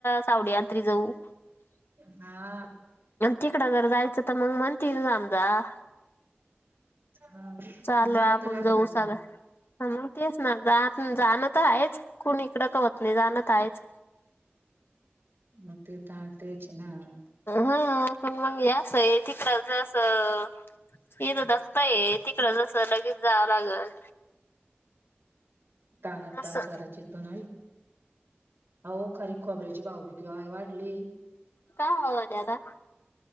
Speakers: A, on the left; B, on the right.
A: सावड... रात्री जाऊ...
B: हा...
A: तिकडं जर जायचं तर, मग म्हणते <unintelligible> जा
B: हा
A: चला,
B: जात
A: आपण
B: लागतच
A: जाऊ चालतं
B: नाही
A: हा मग तेच जा जाणं तर आहेच कुणी तीकडं काय नाही जाणतयच
B: मग ते तेच ना
A: हा पण मग यास आहे तिकड जसं... इथ धका ये तिकड जस लगेच जावं लागल
B: तानात
A: असं
B: तान साराच चेतन हो खरी खबर आहे.. भावभिक वाढली..
A: का होदला..